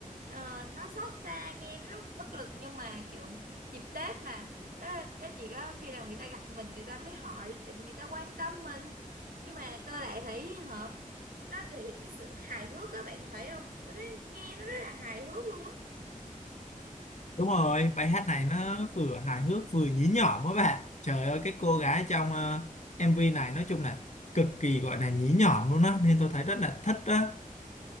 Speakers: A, on the right; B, on the left.
A: ờ, nó xót xa nghe nó rất bất lực nhưng mà kiểu dịp Tết mà đó, đó chỉ có khi nào người ta gặp mình người ta mới hỏi tại vì người ta quan tâm mình nhưng mà tôi lại thấy họ nó thể hiện cái sự hài hước các bạn có thấy không tôi nghe nó rất là hài hước luôn á
B: đúng rồi bài hát này nó vừa hài hước vừa nhí nhỏm á bạn trời ơi cái cô gái trong ờ, MV này nói chung là cực kỳ gọi là nhí nhỏm luôn á nên tôi thấy rất là thích đó